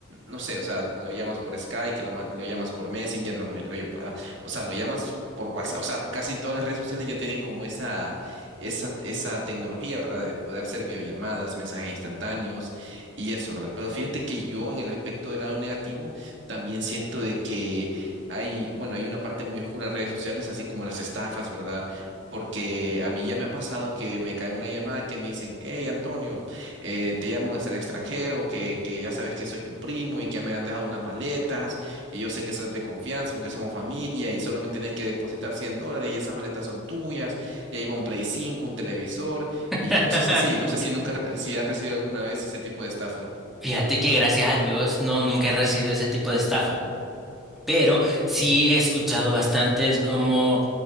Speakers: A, on the right (about 60°); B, in the centre.
A: no sé, o sea, lo llamas por Skype, que lo, ma- lo llamas por Messenger, lo, ma- lo lle- ah, o sea, lo llamas por WhatsApp, o sea, casi todas las redes sociales ya tienen como esa, esa, esa tecnología, ¿verdad? De poder hacer videollamadas, mensajes instantáneos y eso, ¿verdad? Pero fíjate que yo en el aspecto del lado negativo también siento de que hay, bueno, hay una parte muy oscura en redes sociales, así como las estafas, ¿verdad? Porque a mí ya me ha pasado que me cae una llamada que me dicen, hey Antonio, eh, te llamo desde el extranjero, que, que ya sabes que soy tu primo y que me han dejado unas maletas y yo sé que sos de confianza porque somos familia y solo me tenés que depositar 100 dólares y esas maletas son tuyas y ahí va un Play 5, un televisor y
B: <laughs>
A: cosas así. No sé si nunca, si has recibido alguna vez ese tipo de estafa.
B: Fíjate que gracias a Dios no nunca he recibido ese tipo de estafa, pero sí he escuchado bastantes como